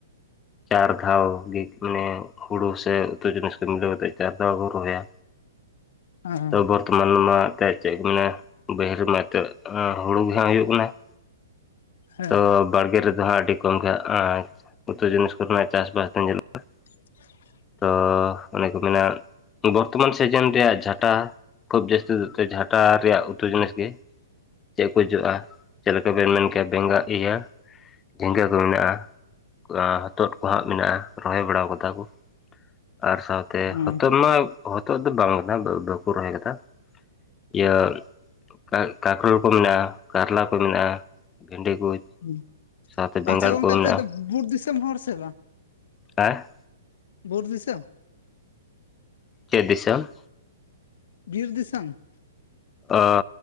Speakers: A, on the left (about 20°); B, on the left (about 60°).
A: ᱪᱟᱨ ᱫᱷᱟᱣ ᱜᱮ ᱢᱟᱱᱮ ᱦᱳᱲᱳ ᱥᱮ ᱩᱛᱩ ᱡᱤᱱᱤᱥ ᱠᱚ ᱢᱤᱞᱟᱹᱣ ᱠᱟᱛᱮᱫ ᱪᱟᱨ ᱫᱷᱟᱣ ᱠᱚ ᱨᱚᱦᱚᱭᱟ
B: ᱦᱮᱸ
A: ᱛᱨ <unintelligible> ᱵᱚᱨᱛᱚᱢᱟᱱ ᱢᱟ ᱮᱱᱛᱮᱫ ᱪᱮᱫ ᱠᱚ ᱢᱮᱱᱟ ᱵᱟᱹᱦᱤᱨ ᱨᱮ ᱢᱟ ᱮᱱᱛᱮᱫ ᱦᱩᱲᱩ ᱜᱮᱦᱟᱸᱜ ᱦᱩᱭᱩᱜ ᱠᱟᱱᱟ ᱾
B: ᱦᱮᱸ
A: ᱛᱚ ᱵᱟᱲᱜᱮ ᱨᱮᱫᱚ ᱦᱟᱸᱜ ᱟᱹᱰᱤ ᱠᱚᱢ ᱜᱮ ᱦᱟ ᱩᱛᱩ ᱡᱤᱱᱤᱥ ᱠᱚᱨᱮᱱᱟᱜ ᱪᱟᱥ-ᱵᱟᱥ ᱫᱚ ᱧᱮᱞᱚᱜᱼᱟ ᱾
B: <unintelligible>
A: ᱛᱚ ᱚᱱᱮ ᱠᱚ ᱢᱮᱱᱟ ᱵᱚᱨᱛᱚᱢᱟᱱ ᱥᱤᱡᱤᱱ ᱨᱮᱭᱟᱜ ᱡᱷᱟᱴᱟ ᱠᱷᱩᱵ ᱡᱟᱹᱥᱛᱤ ᱡᱷᱟᱴᱟ ᱨᱮᱭᱟᱜ ᱩᱛᱩ ᱡᱤᱱᱤᱥ ᱜᱮ ᱪᱮᱫ ᱠᱚ ᱡᱚᱜᱼᱟ ᱪᱮᱫ ᱞᱮᱠᱟ ᱵᱮᱱ ᱢᱮᱱ ᱠᱮᱭᱟ ᱵᱮᱸᱜᱟᱲ ᱤᱭᱟᱹ ᱡᱷᱤᱸᱜᱟᱹ ᱠᱚ ᱢᱮᱱᱟᱜᱼᱟ ᱦᱚᱛᱚᱫ ᱠᱚ ᱦᱟᱸᱜ ᱢᱮᱱᱟᱜᱼᱟ ᱨᱚᱦᱚᱭ ᱵᱟᱲ ᱠᱟᱫᱟ ᱠᱚ ᱾ ᱟᱨ ᱥᱟᱶᱛᱮ
B: ᱦᱮᱸ
A: ᱦᱚᱛᱚᱫ ᱢᱟ ᱦᱚᱛᱚᱫ ᱫᱚ ᱵᱟᱝ ᱠᱟᱱᱟ ᱵᱟᱠᱚ ᱨᱚᱦᱚᱭ ᱠᱟᱫᱟ ᱾ ᱤᱭᱟᱹ <unintelligible> ᱠᱚ ᱢᱮᱱᱟᱜᱼᱟ, ᱠᱟᱨᱞᱟ ᱠᱚ ᱢᱮᱱᱟᱜᱼᱟ ᱾ ᱵᱷᱮᱱᱰᱤ ᱠᱚ
B: ᱦᱮᱸ
A: ᱥᱟᱶᱛᱮ ᱵᱮᱸᱜᱟᱲ
B: ᱟᱪᱪᱷᱟ ᱜᱚᱝᱠᱮ
A: ᱠᱚ
B: ᱟᱯᱮ
A: ᱢᱮᱱᱟᱜᱼᱟ
B: ᱫᱚ
A: ᱾
B: ᱵᱩᱨ ᱫᱤᱥᱚᱢ ᱦᱚᱲ ᱥᱮ ᱵᱟᱝ
A: ᱦᱮᱸ
B: <unintelligible> <unintelligible>
A: ᱪᱟᱹᱤᱥ ᱫᱤᱥᱚᱢ?
B: ᱵᱤᱨ ᱫᱤᱥᱚᱢ ᱾
A: ᱟᱻ